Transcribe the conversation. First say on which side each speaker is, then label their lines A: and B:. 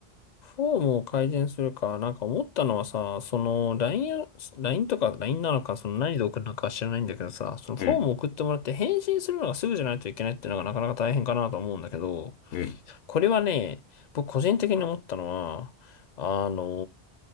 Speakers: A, on the left; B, on the left.
A: フォームを改善するか、なんか思ったのはさ、その LINE を、l とか LINE なのか、その何で送るのかは知らないんだけどさ、そのフォームを送ってもらって返信するのがすぐじゃないといけないっていうのがなかなか大変かなと思うんだけど、
B: うん、うん、
A: これはね、僕個人的に思ったのは、あの